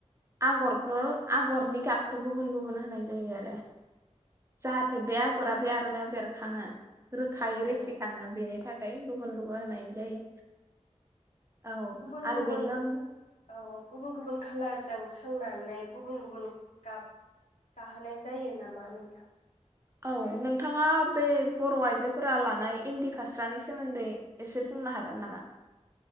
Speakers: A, on the right; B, on the left.
A: आगरखौ आगरनि गाब खौ गुबुन गुबुन होनाय जायो आरो। जाहाथे बे आगरा बे आरनायाव बेरखाङो । रोखायै
B: औ
A: रेफिखाङो
B: औ
A: बेनि थाखाय गुबुन गुबुन होनाय जायो। औ
B: गुबुन
A: आरो
B: गुबुन
A: बेनि अनगा
B: औ गुबुन गुबुन कालारजों सोंनानै गुबुन गुबुन गाब गाहोनाय जायो नामा नोंथां?
A: औ नोंथाङा बे बर' आइजो फोरा लानाय इन्दि फास्रानि सोमोन्दै एसे बुंनो हागोन नामा?